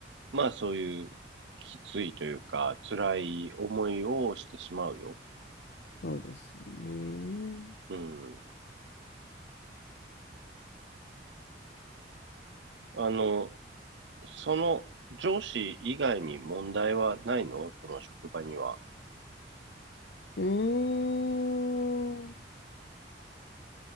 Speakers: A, on the right; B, on the left.
A: まあ、そういうきついというか、辛い思いをしてしまうよ。
B: そうですよね。
A: うん。あの、その上司以外に問題はないのその職場には。
B: うーん。